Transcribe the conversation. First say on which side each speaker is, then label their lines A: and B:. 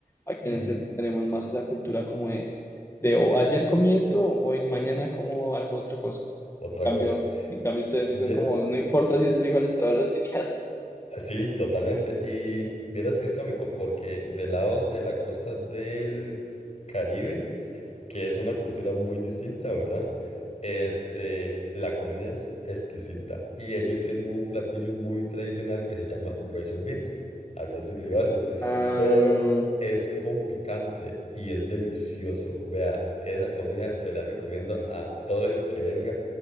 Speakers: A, on the left; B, on the left.
A: aquí
B: Ujú,
A: en el centro tenemos más esa cultura como de, de o ayer comí esto, hoy mañana como algo otra cosa.
B: Otra
A: En cambio,
B: cosa.
A: en cambio ustedes sí
B: Vieras,
A: son como, no importa si es frijoles todos los días.
B: sí, totalmente. Y vieras que es cómico porque del lado de la costa del Caribe, que es una cultura muy distinta, ¿verdad? Este, la comida es exquisita y ellos tienen un platillo muy tradicional que se llama rice and beans, arroz y frijoles,
A: Ah,
B: pero es con picante y es delicioso. Vea, esa comida se la recomiendo a todo el que venga.